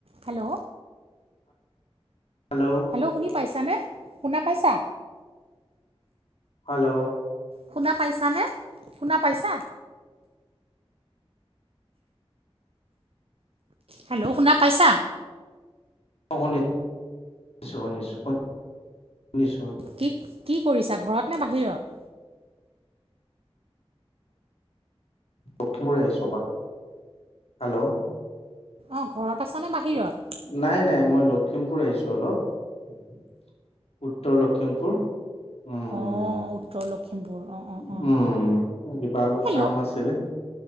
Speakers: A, on the right; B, on the left.
A: Hello.
B: Hello.
A: Hello, শুনি পাইছানে শুনা পাইছা?
B: হেল্ল
A: শুনা পাইছানে, শুনা পাইছা? হেল্ল শুনা পাইছা?
B: অঁ শুনি শুনিছো শুনিছো শুনিছো।
A: কি কি কৰিছা ঘৰত নে বাহিৰত?
B: লখিমপুৰ আহিছো ৰবা, হেল্ল
A: অঁ ঘৰত আছানে বাহিৰত?
B: নাই নাই মই লখিমপুৰ আহিছোঁ অলপ। উত্তৰ লখিমপুৰ। উম
A: অঁ
B: উম,
A: উত্তৰ লখিমপুৰ অঁ অঁ অঁ
B: কিবা অলপ
A: হেল্ল'
B: কাম আছিলে।